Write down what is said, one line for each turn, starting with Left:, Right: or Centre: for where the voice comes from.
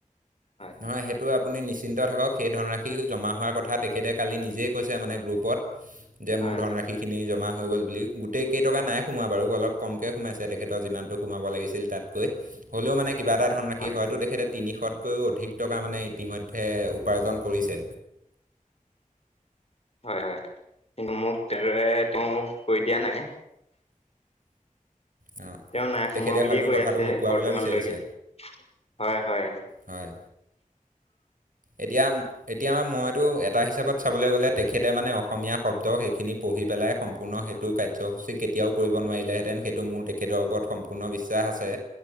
Left: হয়
Right: নহয়, সেইটো আপুনি নিশ্চিন্ত থাকক। সেই ধনৰাশি জমা হোৱাৰ কথা তেখেতে কালি নিজেই কৈছে মানে গ্ৰুপত। যে
Left: হয়
Right: মোৰ ধনৰাশি
Left: হয়
Right: খিনি জমা হৈ গ'ল বুলি। গোটেই কেইটকা নাই সোমোৱা বাৰু, অলপ কমকে সোমাইছে তেখেতৰ যিমানটো সোমাব লাগিছিল তাতকৈ। হ'লেও মানে কিবা এটা ধনৰাশি
Left: হয়
Right: হয়তো তেখেতে তিনিশতকৈও অধিক টকা মানে ইতিমধ্যে উপাৰ্জন কৰিছে।
Left: হয়, হয়। কিন্তু মোক তেনেদৰে তেওঁ কৈ দিয়া নাই।
Right: অ।
Left: তেওঁ নাই সোমোৱা
Right: তেখেতে
Left: বুলিয়ে
Right: হয়তো
Left: কৈ
Right: কথাটো
Left: আছে
Right: লুকুৱাবলৈ
Left: বৰ্তমানলৈকে।
Right: বিচাৰিছে
Left: হয়, হয়।
Right: হয়। এতিয়া, এতিয়া মইটো এটা হিচাপত চাবলে গলে তেখেতে মানে অসমীয়া শব্দ সেই খিনি পঢ়ি পেলাই সম্পূৰ্ণ সেই টো কাৰ্যসূচী কেতিয়াও কৰিব নোৱাৰিলে হেঁতেন, সেইটোৰ মোৰ তেখেতৰ ওপৰত সম্পূৰ্ণ বিশ্বাস আছে।